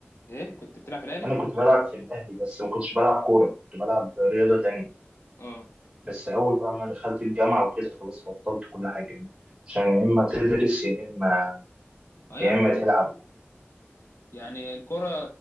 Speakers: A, on the left; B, on the right.
A: ايه كنت بتلعب في الاهلي
B: انا كنت بلعب في الاهلي بس ما كنتش بلعب كوره كنت بلعب رياضه تانية
A: اه
B: بس اول بقى ما دخلت الجامعه وكده خلاص بطلت كل حاجه يعني عشان يا اما تدرس يا اما
A: اه يا
B: يا
A: عم
B: اما تلعب يعني
A: يعني الكرة